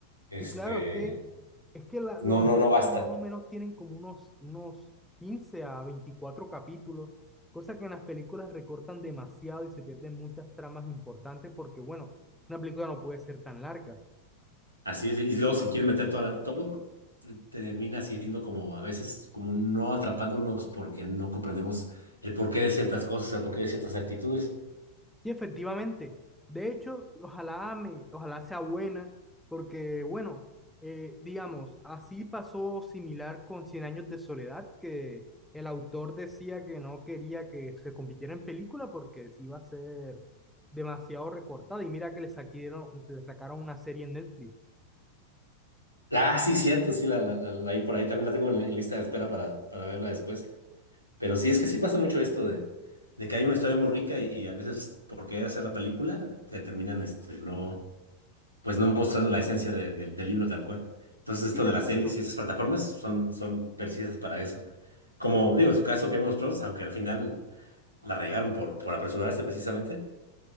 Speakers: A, on the right; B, in the centre.
A: este,
B: Sí, claro, es que, es que la-
A: no,
B: los
A: no,
B: libros
A: no basta.
B: más o menos tienen como unos, unos 15 a 24 capítulos, cosa que en las películas recortan demasiado y se pierden muchas tramas importantes porque, bueno, una película no puede ser tan larga.
A: Así es, y luego si quieren meter toda la- todo, te- termina siendo como a veces como no atrapándonos porque no comprendemos el porqué de ciertas cosas, el porqué de ciertas actitudes.
B: Y efectivamente, de hecho, ojalá me, ojalá sea buena, porque bueno, eh, digamos, así pasó similar con Cien años de soledad, que el autor decía que no quería que se convirtiera en película porque se iba a ser demasiado recortada. Y mira que le sacaron, le sacaron una serie en Netflix.
A: Ah, sí, cierto, sí, la, la, la- la- ahí por ahí también la tengo en, en lista de espera para, para verla después. Pero sí, es que sí pasa mucho esto de, de que hay una historia muy rica y, y a veces por querer hacer la película te terminan este, no. pues no mostrando la esencia de- de- del libro tal cual. Entonces, esto
B: Sí,
A: de
B: exacto.
A: las series y esas plataformas son, son precisas para eso. Como digo, en su caso, Game of Thrones, aunque al final la regaron por, por apresurarse precisamente,